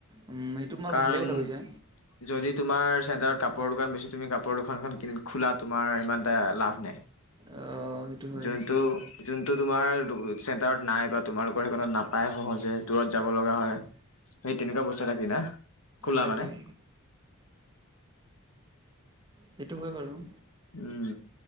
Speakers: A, on the right; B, on the left.
A: উম, সেইটো তোমাৰ
B: কাৰণ,
A: ভালে কথা কৈছা
B: যদি তোমাৰ চেণ্টাৰত কাপোৰৰ দোকান বেছি তুমি, কাপোৰৰ দোকানখন খোলাত তোমাৰ ইমান এটা লাভ নাই।
A: অ' সেইটো হয়
B: যোনটো, যোনটো তোমাৰ, চেণ্টাৰত নাই বা তোমালোকৰ সেইখনত নাপায়। সহজে দূৰত যাব লগা হয়। সেই তেনেকুৱা, বস্তু এটা কিনা, খোলা
A: তাকেই
B: মানে?
A: সেইটো হয় বাৰু।
B: উম